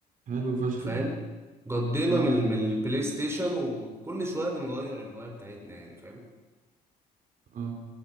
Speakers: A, on the right; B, on the right.
A: حلو فشخ
B: فاهم
A: ده
B: قضينا
A: اه
B: من
A: حلو
B: من البلاي
A: فشخ
B: ستيشن وكل شوية بنغير الهواية بتاعتنا يعني فاهم
A: اه